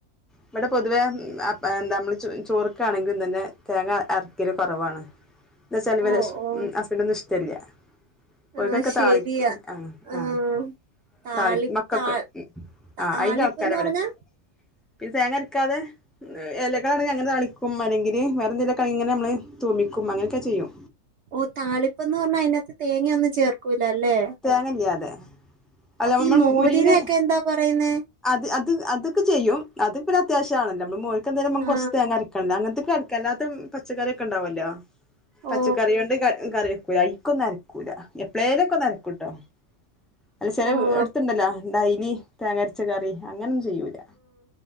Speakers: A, in the centre; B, on the right.
A: ഇബടെ പൊതുവെ അ എന്താ നമ്മൾ ചൊ ചോറ്ക്കാണെങ്കിലും തന്നെ തേങ്ങ അരക്കൽ കൊറവാണ്. എത്തച്ചാല് ഇവലെ
B: ഓ
A: ഇഷ്
B: ഓ
A: ഹസ്ബെൻ്റിനൊന്നും ഇഷ്ടല്ല. ഒൽക്കൊക്കെ
B: ആ ശരിയാ
A: താളിപ്പ് അഹ്
B: ആ
A: ആഹ്
B: താളി
A: താളിപ്പ് മക്കൾക്ക്
B: താ താളിപ്പ്ന്ന്
A: ആഹ് അയിന്റെ ആൾക്കാരാ ഇവടെല്ലത്.
B: പറഞ്ഞാ
A: പിന്നെ തേങ്ങ അരക്കാതെ എലകളാണെങ്കി അങ്ങനെതാളിക്കും അല്ലെങ്കില് വെറെന്തേലും ഒക്കെ ഇങ്ങനെ നമ്മള് തൂമിക്കും അങ്ങനൊക്കെ ചെയ്യും
B: ഓ താളിപ്പെന്ന് പറഞ്ഞാ അയിനേത്ത് തേങ്ങയൊന്നും ചേർക്കൂലല്ലേ
A: <unintelligible> അല്ല
B: അപ്പ
A: നമ്മൾ
B: ഈ മോരിനെക്കെ
A: മുരിങ്ങ
B: എന്താ പറയുന്നെ
A: അത് അത് അതൊക്കെ ചെയ്യും അത് പിന്നെ അത്യാവശ്രാണല്ല നമ്മള് മോര് ക്കെന്തായാലും നമ്മക്ക്
B: ആ
A: കൊറച്ച് തേങ്ങ അരക്കെണ്ടെ അങ്ങൻത്തെക്ക് അര് കെല്ലാത്തെം പച്ചക്കറി ഒക്കെണ്ടാവൊല്ലോ പച്ചക്കറിയോണ്ട്
B: ഓ
A: ക കറി വെക്കൂ ലെ അയിക്കൊന്നും അര ക്കൂല എപ്പളേലൊക്കെ ഒന്നരക്കുട്ടോ അല്ല ചെല
B: ഓ
A: വി എടുത്തണ്ടല്ലോ
B: അ
A: ഡൈലി തേങ്ങ അരച്ച കറി അങ്ങന ഒന്നും ചെയ്യൂല